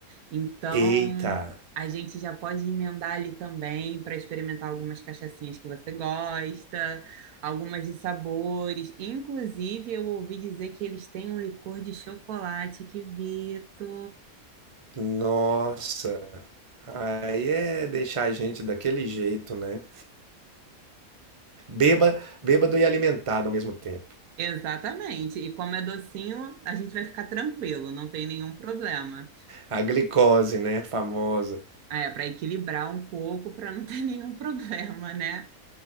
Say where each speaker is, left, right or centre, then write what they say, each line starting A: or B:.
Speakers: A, on the right (about 85°); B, on the right (about 25°).
A: Então,
B: Eita.
A: a gente já pode emendar ali também para experimentar algumas cachaçinhas que você gosta, algumas de sabores. Inclusive, eu ouvi dizer que eles têm um licor de chocolate, que Vito.
B: Nossa, aí é deixar a gente daquele jeito, né? Bêba, bêbado e alimentado ao mesmo tempo.
A: Exatamente. E como é docinho, a gente vai ficar tranquilo, não tem nenhum problema.
B: A glicose, né? Famosa.
A: Ah, É para equilibrar um pouco, para não ter <laughs> nenhum problema, né?